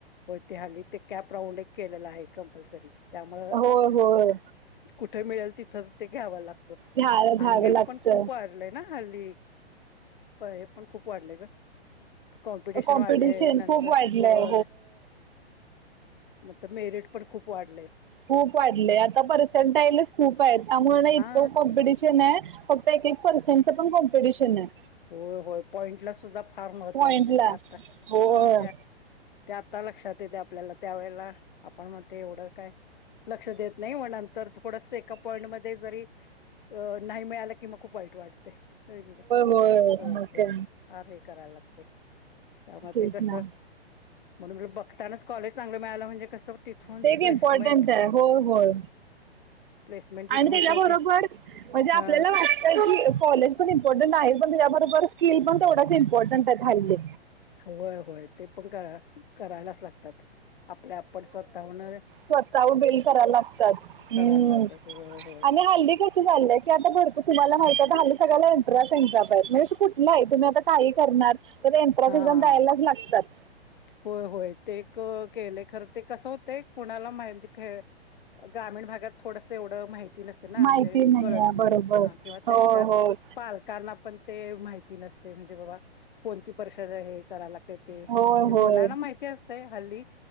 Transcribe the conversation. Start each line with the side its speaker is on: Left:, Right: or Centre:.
Left: हो ते हल्ली ते कॅप राऊंड एक केलेलं आहे. कंपलसरी त्यामुळे
Right: होय होय.
Left: कुठे मिळेल तिथच ते घ्याव लागत.
Right: घ्यायला घ्यावं
Left: आणि हे
Right: लागतं.
Left: पण खूप आरलं. हा हल्ली हे पण खूप वाढलंय गं कॉम्पिटिशन
Right: कॉम्पिटिशन
Left: वा नंतर
Right: खूप वाढलंय
Left: होय नंतर मेरिट पण खूप वाढलेय.
Right: खूप वाढले आता पर्सेंटाईलेस खूप आहेत त्यामुळे इतकं
Left: हा
Right: कॉम्पिटिशन आहे. फक्त एक एक पर्सेंटचं पण कॉम्पिटिशन आहे.
Left: होय, होय पॉईंटला सुद्धा फार महत्त्व
Right: पॉइंटला.
Left: असते त्यात
Right: होय.
Left: हं त्या ते आत्ता लक्षात येते आपल्याला त्यावेेळेला आपण मग ते एवढं काय लक्ष देत नाही मग नंतर थोडस एका पॉईंटमध्येध्ये जरी अं नाही मिळाला कि मग खूप वाईट वाटते, होय की नाही.
Right: होय
Left: असं होते
Right: मग काय
Left: फार हे करायला लागते त्यामुळे
Right: तेच
Left: ते कस
Right: ना
Left: म्हणून बघतानाच कॉलेज चांगलं मिळालं म्हणजे कसं तिथून
Right: ते बी
Left: प्लेसमेंट
Right: इम्पॉर्टंट आहे हो होय.
Left: प्लेसमेंट जिथं
Right: आणि
Left: होत्या
Right: त्याच्याबरोबर
Left: ते
Right: म्हणजे
Left: हा
Right: आपल्याला वाट कॉलेज पण इम्पॉर्टंट नाही पण त्याच्याबरोबर स्किल पण तेवढ्याच इम्पॉर्टंट आहे हल्ली
Left: होय होय ते पण करा करायलाच लागतात आपल्या आपण स्वतः हून
Right: स्वतः उ बेल कराला लागतात हम्म
Left: करायला लागतय होय होय
Right: आणि हल्ली कस झालंय की आता भरपू तुम्हाला माहित आ सगळला एंट्र एंटा आहेत म्हणजे अस कुठलं आहे तुम्ही आता काही करणार तर एनट्रनस
Left: हा
Right: एक्झाम द्यायलाच लागतात
Left: होय होय ते केले खर ते कसं होतेय कुणाला माहिती ग्रामीण भागात थोडसं एवढं माहिती ना
Right: माहिती
Left: म्हणजे कळत
Right: आहे
Left: नाही
Right: बरोबर
Left: किंवा
Right: होय
Left: त्यांच्या
Right: होय
Left: पाल पण ते माहिती नसतेय म्हणजे बा कोणती परिषद करा लाग ते
Right: होय होय
Left: मला ना मा माहिती असते हल्ली